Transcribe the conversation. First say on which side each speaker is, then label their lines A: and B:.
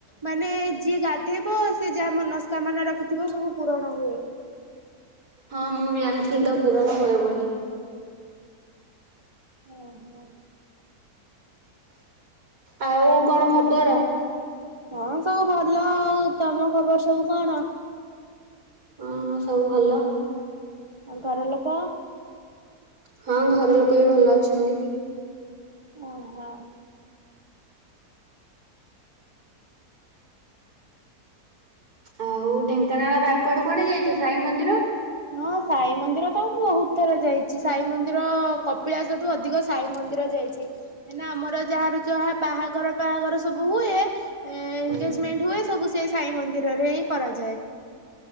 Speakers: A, on the right; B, on the right.
A: ମାନେ ଯିଏ ଗାଧେଇବ ସେ ଯାହା ମନସ୍କାମନା ରଖିଥିବ ସବୁ ପୂରଣ ହୁଏ।
B: ହଁ ମୁଁ ବି ଜାଣିଥିଲି ତ ପୂରଣ ହୁଏ ବୋଲି।
A: ଓହୋ।
B: ଆଉ କଣ ଖବର?
A: ହଁ ସବୁ ଭଲ ଆଉ ତମ ଖବର ସବୁ କଣ?
B: ହଁ ସବୁ ଭଲ।
A: ଆଉ ଘର ଲୋକ।
B: ହଁ ଘର ଲୋକ ବି ଭଲ ଅଛନ୍ତି।
A: ଅ ହ।
B: ଆଉ ଢେଙ୍କାନାଳର ଆଉ କୁଆଡେ କୁଆଡେ ଯାଇଛ ସାଇ ମନ୍ଦିର।
A: ହଁ ସାଇ ମନ୍ଦିର ତ ବହୁତ ଥର ଯାଇଛି। ସାଇ ମନ୍ଦିର କପିଳାସଠୁ ଅଧିକ ସାଇ ମନ୍ଦିର ଯାଇଛି କାଇଁନାଁ ଆମର ଯାହାର ଯାହା ବାହାଘର ପାହାଘର ସବୁ ହୁଏ ଏଗେଜମେଣ୍ଟ
B: ହୁଁ।
A: ହୁଏ ସବୁ ସେଇ ସାଇ ମନ୍ଦିରରେ ହିଁ କରାଯାଏ।